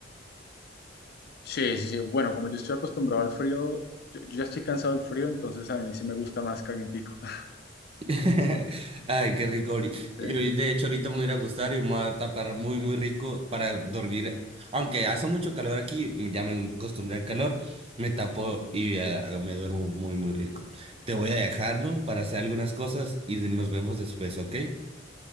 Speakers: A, on the left; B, on the right.
A: Sí, sí, sí. Bueno, como yo estoy acostumbrado al frío, yo, yo ya estoy cansado del frío, entonces a mí sí me gusta más calientico. <laughs>
B: <laughs> Ay, qué rico. ahori- yo
A: Sí.
B: De hecho, ahorita me voy a ir a acostar y me voy a tapar muy, muy rico para dormir. Aunque hace mucho calor aquí, ya me acostumbré al calor, me tapo y eh, me duermo muy, muy rico. Te voy a dejar, ¿no? Para hacer algunas cosas y nos vemos después, ¿ok?